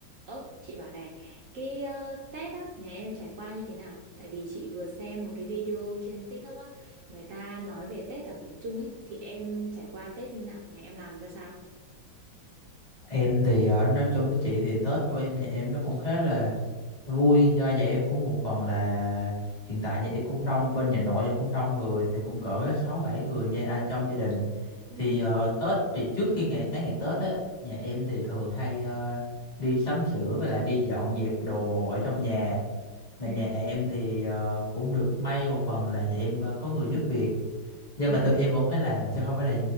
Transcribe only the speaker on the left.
Em thì ờ, nói chung với chị thì Tết của em nhà em nó cũng khá là vui do nhà em cũng một phần là hiện tại nhà em cũng đông bên nhà nội em cũng đông người thì cũng cỡ sáu bảy người gia, à, trong gia đình
thì ờ, Tết thì trước khi ngày mấy ngày Tết á nhà em thì thường hay ờ, đi sắm sửa với lại đi dọn dẹp đồ ở trong nhà mà
nhà em thì ờ, cũng được may một phần là nhà em ờ, có người giúp việc nhưng
mà tụi em vẫn phải làm chứ không phải là